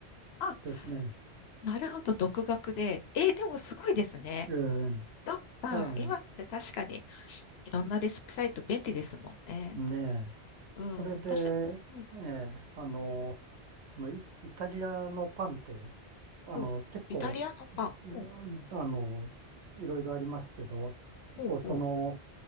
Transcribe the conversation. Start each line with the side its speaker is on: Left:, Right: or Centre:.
Left: あ、
Right: ですね。
Left: なるほど、独学で。えーでもすごいですね。
Right: ええ、
Left: どっか、
Right: は
Left: 今って確かにいろんなレシピサイト便利ですもんね。
Right: い。ねえ。
Left: うん、
Right: それで、
Left: 私、うん、
Right: ええ、あの、そのイ、イタリアのパンって、あの、
Left: うん、
Right: 結構、
Left: イタリアのパン。
Right: うんあの、
Left: うん、
Right: いろいろありますけど、
Left: ほうほう、
Right: 結構その、